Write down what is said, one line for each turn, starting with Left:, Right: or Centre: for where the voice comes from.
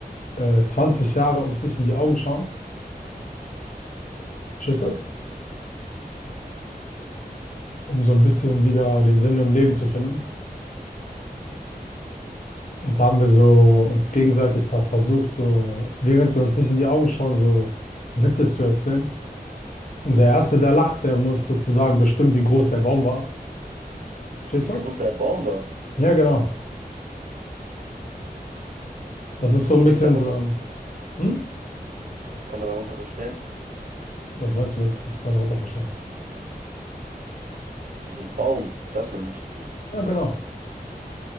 Left: äh, 20 Jahre uns nicht in die Augen schauen. Verstehst du? Um so ein bisschen wieder den Sinn im Leben zu finden. Und da haben wir so uns gegenseitig da versucht, so, während wir uns nicht in die Augen schauen, so Witze zu erzählen. Und der Erste, der lacht, der muss sozusagen bestimmen, wie groß der Baum war. Verstehst
Right: Wie
Left: du?
Right: groß der Baum war.
Left: Ja, genau. Das ist
Right: Was verstehe
Left: so ein bisschen
Right: ich darunter?
Left: so ein, hm?
Right: Was kann man darunter verstehen?
Left: Was meinst du mit, was kann man darunter verstehen?
Right: So Baum, das meine ich.
Left: Ja, genau.